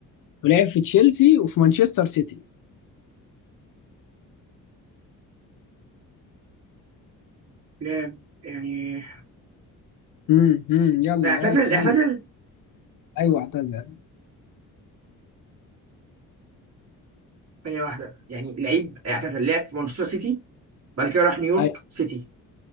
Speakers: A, on the left; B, on the right.
A: ولعب في تشيلسي وفي مانشستر سيتي
B: لاعب يعني
A: امم امم يلا
B: اعتزل
A: يلا
B: اعتزل
A: يلا ايوه اعتزل
B: ثانيه واحده يعني لعيب اعتزل لعب في مانشستر سيتي بعد كده راح نيويورك
A: ايوه
B: سيتي